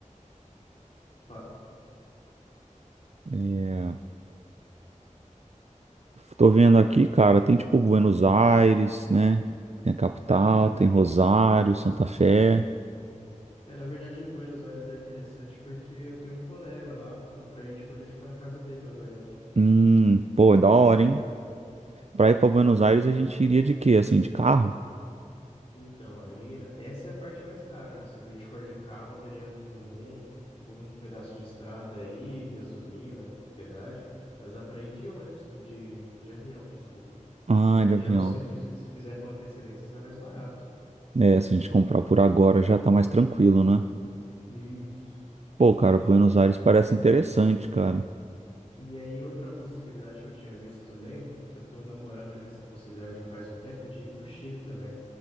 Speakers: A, on the left; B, on the right.
A: Tá.
B: É, tô vendo aqui, cara, tem tipo Buenos Aires, né? Tem a capital,
A: E
B: tem Rosário, Santa Fé.
A: é, na verdade em Buenos Aires era interessante porque eu tenho um colega lá, dá pra gente poder ficar na casa dele, na verdade.
B: Hum, pô, é da hora, hein? Pra ir pra Buenos Aires, a gente iria de quê? Assim, de carro?
A: Então, aí eh, essa é a parte mais cara, né? Se a gente for de carro, teria um bom, bom pedaço de estrada aí, gasolina, pedágio, mas dá para ir de ônibus, tá? de, de avião, desculpa.
B: Ah,
A: De avião,
B: de avião.
A: se, fi- se fizer com antecedência, sai mais barato.
B: É, se a gente comprar por agora já tá mais tranquilo, né?
A: Isso.
B: Pô, cara, Buenos Aires parece interessante, cara.
A: E aí, outra possibilidade que eu tinha visto também, que eu tô namorando já essa possibilidade já faz um tempo, de ir pro Chile também.